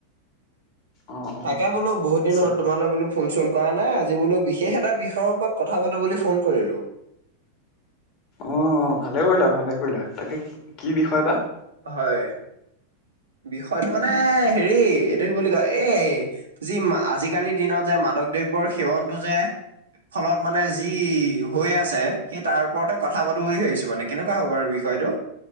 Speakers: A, on the left; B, on the right.
A: অ', অ',
B: তাকে বোলো বহুতিন
A: আচ্ছা
B: হল তোমালে বলো ফোন চোন কৰা নাই আজি বোলো বিশেষ এটা বিষয়ৰ ওপৰত কথা পাতো বুলি ফোন কৰিলো
A: অঁ ভালে কৰিলা ভালে কৰিলা তাকে কি বিষয় বা
B: হয় বিষয়টো মানে হেৰি এইটো কি বুলি কয় এই যি আজিকালিৰ দিনত যে মাদক দ্ৰব্যৰ সেৱনটো যে ফলত মানে যি হৈ আছে সেই তাৰ ওপৰতে কথা পাতো বুলি ভাবিছোঁ মানে কেনেকুৱা হ'ব বাৰু বিষয়টো